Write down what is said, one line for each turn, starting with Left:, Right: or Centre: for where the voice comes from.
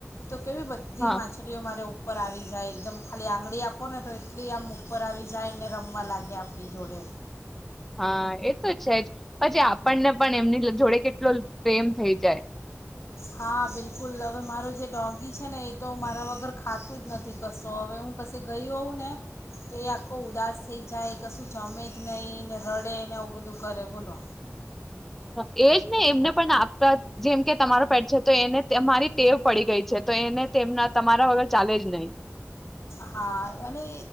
Left: તો કેવી બધી
Centre: હા
Left: માછલીઓ મારે ઉપર. ઉપર આવી જાય એકદમ ખાલી આંગળી આપો ને તો એટલી આમ ઉપર આવી જાય એને રમવા લાગે આપણી જોડે.
Centre: હા એ તો છે જ પછી આપણને. પણ એમની જોડે કેટલો પ્રેમ થઈ જાય.
Left: હા બિલકુલ હવે મારો જે ડોગી છે ને એ તો મારા વગર ખાતું જ નથી કશો હવે હું કશે ગય હોઉં ને તો એ આખો ઉદાસ થઈ જાય કશું જમે જ નહીં ને રડે ને આવું બધું કરે બોલો.
Centre: હા એજ ને એમને પણ આપતા જેમ કે તમારો પેટ છે તો એને તમારી ટેવ પડી ગઈ છે. તો એને તેમના તમારા વગર ચાલે જ નહી.
Left: હા અને